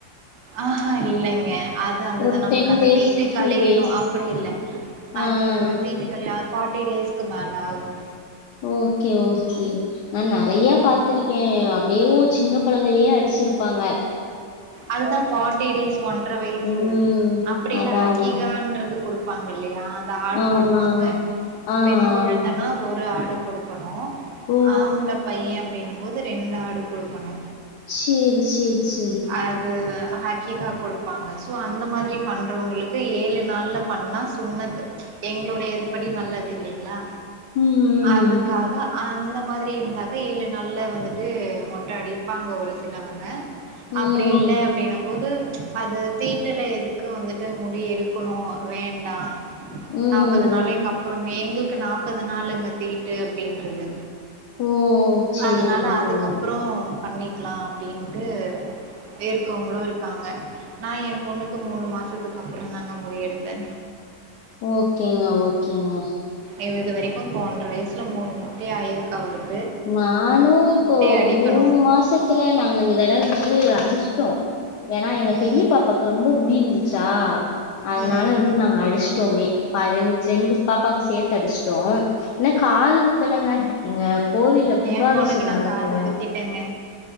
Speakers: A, on the right (about 75°); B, on the left (about 75°).
A: ஆஹ இல்லங்க அது அந்தத
B: ஒரு
A: நமக்கு
B: டென்
A: அந்த
B: டேஸ்
A: தீட்டு
B: பிப்டீன்
A: கழியணும்
B: டேஸ்
A: அப்டி இல்ல
B: ஆஹ்
A: அது தீட்டுக்கழிய ஃபாட்டி டேஸ்கு மேல ஆகு
B: ஓகே ஓகே நா நறைய
A: ம்.
B: பாத்திருக்கேன் வும் சின்ன கொழந்தலயே அடிச்சுருப்பாங்க
A: அது தா ஃபாட்டி டேஸ் ஒன்றர வயசு
B: உம்
A: அப்டில்லா
B: அதான்
A: ஹக்கீகான்றது
B: அதான்
A: குடு ப்பாங்க இல்லயா இந்த ஆடு
B: ஆஹ்
A: கொடுப்பாங்க
B: ஆஹ்
A: பெண் குழந்தனா ஒரு ஆடு கொடுக்கணு
B: ஓ
A: ஆம்பள பையன் அப்டிங்கு போது ரெண்டு ஆடு குடுக்கணு
B: சரி சரி சரி
A: அது ஹக் கீகா குடுப்பாங்க சோ அந்த மாதிரி பண்றவங்களுக்கு ஏழு நாள்ல பண்ணா சுன்னத்து எங்களுடைய இது படி நல்லது இல்லிங்களா
B: உம்
A: அதுக்காக அந்த மாதிரி இருந்தாக்கா ஏழு நாள்ல வந்துட்டு மொட்ட அடிப்பாங்க ஒரு சிலவங்க
B: உம்
A: அப்படி இல் அப்படின் போது அது தீட்டுல எதுக்கு வந்துட்டு முடி எடுக்கணு வேண்டாம்
B: உம்
A: நாற்பது நாளே கப்பு எங்களுக்கு நாற்பது நாள்ங்க தீட்டு அப்படின்றது
B: ஓ சரிங்க
A: அதனால
B: சரிங்க
A: அதுக்கப்புற பண்ணிக்கலா அப்படின்ட்டு இருக்கவங்களு இருக்காங்க நா எம் பொண்ணுக்கு மூணு மாசத்துக்கு அப்பறந் தாங்க முடி எடுத்தே
B: ஓகேங்க ஓகேங்க
A: இ இது வரைக்கு ப்ப ஒன்ற வயசில மூணு மொட்டை ஆகிருக்கு அவருக்
B: நானு இப்போ
A: அடிக்கணும்
B: மூணு மாசத்துல நாங்க இந்த தடவ வந்து அடிச்சிட்டோ ஏன்னா எங்க
A: ம்
B: பெரிய பாப்பாக்கு ரொம்ப முடி இருந்துச்சுங்ளா ஆ அதனால
A: ம் ம்
B: வந்து நாங்க அடிச்சுட்டமே ரெண்டு பாப்பாவுக்கு சேர்த்து அடிச்சுட்டோ இன்னோ காது குத்தலங்க எங்க கோவில்ல கும்பாபிஷேகம்
A: ஏம் பொண்ணுக்கு நா
B: நடக்கல.
A: காது குத்திட்டேங்க